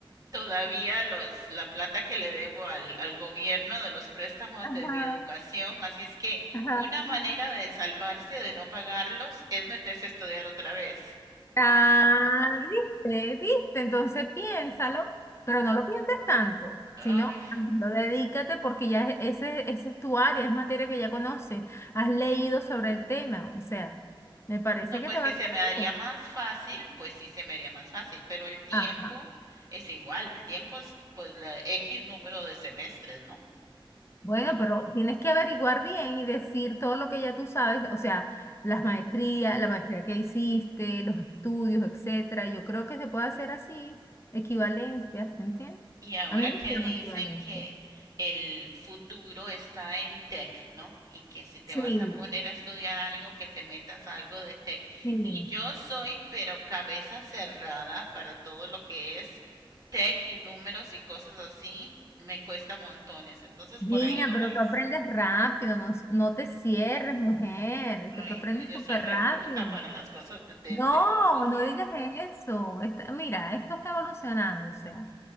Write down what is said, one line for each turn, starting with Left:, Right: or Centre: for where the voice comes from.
Right: todavía los, la plata que le debo al, al gobierno de los préstamos
Left: Ajá,
Right: de mi educación, así es que
Left: ajá.
Right: una manera de salvarse de no pagarlos es meterse a estudiar otra vez.
Left: Ah, viste, viste, entonces piénsalo, pero no lo pienses tanto,
Right: Ay,
Left: sino lo dedícate porque ya e- ese, esa es tu área, es materia que ya conoces, has leído sobre el tema, o sea, me parece
Right: no,
Left: que
Right: pues
Left: te
Right: que
Left: va a
Right: se
Left: quedar
Right: me daría
Left: bien.
Right: más fácil, pues sí se me haría más fácil, pero el tiempo
Left: Ajá.
Right: es igual, el tiempo es pues la X número de semestres, ¿no?
Left: Bueno,
Right: Lo
Left: pero tienes que averiguar bien y decir todo lo que ya tú sabes, o sea, las maestrías, la maestría que hiciste, los estudios, etcétera. Yo creo que se puede hacer así, equivalencias, ¿entiendes?
Right: Y ahora
Left: A mí me
Right: que
Left: hicieron
Right: dicen
Left: equivalencias.
Right: que el futuro está en tech, ¿no? Y que si te
Left: Sí.
Right: vas a poner a estudiar algo, que te metas a algo de tech.
Left: Sí.
Right: Y yo soy, pero cabeza cerrada para todo lo que es tech y números y cosas así, me cuesta montones. Entonces
Left: Mira,
Right: por ahí no
Left: pero tú
Right: es.
Left: aprendes rápido, no, no te cierres, mujer, que
Right: Ay,
Left: tú aprendes
Right: no, yo
Left: súper
Right: soy rebruta
Left: rápido.
Right: para las cosas de, de
Left: No,
Right: tecnología.
Left: no digas eso. Esta- mira, esto está evolucionando, o sea,